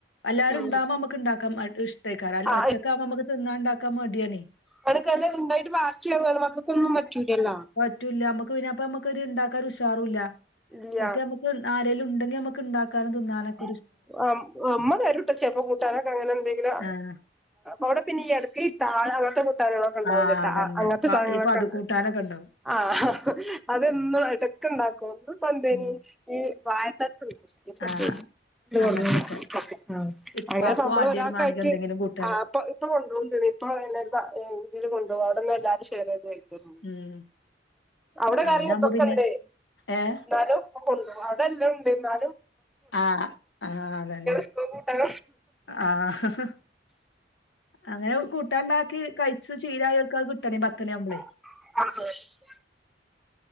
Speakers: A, on the left; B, in the centre.
A: എല്ലാരും
B: ഉം
A: ഉണ്ടാവുമ്പോ നമ്മക്ക് ണ്ടാക്കാൻ മ ഇഷ്ടെയ്ക്കാരം.
B: ആ
A: ഒറ്റക്കാമ്പോ മ്മക്ക് തിന്നാണ്ടാക്കാൻ മടൃയാണെ.
B: <unintelligible> ണ്ടായിട്ട് ബാക്കൃവാണ് മക്കക്കൊന്നും പറ്റൂലല്ലോ.
A: റ്റുല്ല നമ്മക്ക് പിന്നെ അപ്പ മ്മക്കെരുണ്ടാക്കൊരുഷാറുല്ല,
B: ഇല്ല
A: മറ്റേ മ്മക്ക് ആരെലൂണ്ടെങ്കി നമ്മ ക്ക് ണ്ടാക്കാനും ത്‌ ന്നാനോക്കെ
B: അ അ അമ്മ വരൂട്ടാ ചെൽപോ കൂട്ടാനൊക്കെ അങ്ങനെന്തെങ്കിലു
A: ആഹ്
B: അവടെപിന്നെ ഈ എടക്ക് ഈ താഴ അങ്ങൻത്തെ കുത്താനെളൊക്കെ ണ്ടാവൂലേ
A: ആഹ് അതന്നെ
B: താ അങ്ങൻത്തെ
A: പ-
B: സാധനങ്ങളൊക്കെണ്ട്.
A: ഈ പടുകൂട്ടാനൊക്കെ ഉണ്ടാവും
B: ആഹ് ഹ് ഹ് അതെന്നും എടക്ക്ണ്ടാക്കും ഇന്ന്പ്പന്തേനി
A: ഉം
B: ഈ വായത്തണ്ട് <unintelligible>
A: ആഹ്.
B: ന്ത്
A: അങ്ങനത്തൊക്കെ
B: പറഞ്ഞു അ
A: ഇപ്പാക്ക്
B: അങ്ങനെ അമ്മള്
A: വാണ്ടി
B: ഒരാൾക്കായിട്ട്
A: വരും വാണെങ്കി എന്തെങ്കിലും കൂട്ടാൻ
B: ആപ്പൊ ഇപ്പ കൊണ്ടേവുതിന് ഇപ്പ എല്ലാര്ക്ക തില് കൊണ്ടേവും അവിടെല്ല എല്ലാര്ക്കിഷ് ചെറിയെതെയ്ക്ണു
A: ഉം
B: അവ്ടെ
A: അങ്ങനെ
B: കറി
A: ആവുമ്പോ
B: തെക്കെണ്ട്
A: പിന്നെ ഏഹ്
B: ന്നാലും കൊണ്ട്അവടെല്ലണ്ട് ന്നാലും
A: ആഹ് ആഹ് അതെന്നെ
B: സ്കൂൾ കൂട്ടാൻ
A: ആഹ് ഹ് ഹ്. അങ്ങനെ കൂട്ടാണ്ടാക്കി കഴിച്ച് ചീലായേര്ക്ക് അത് കിട്ടണേ പത്തെണിയാവുമ്പളെ.
B: <unintelligible>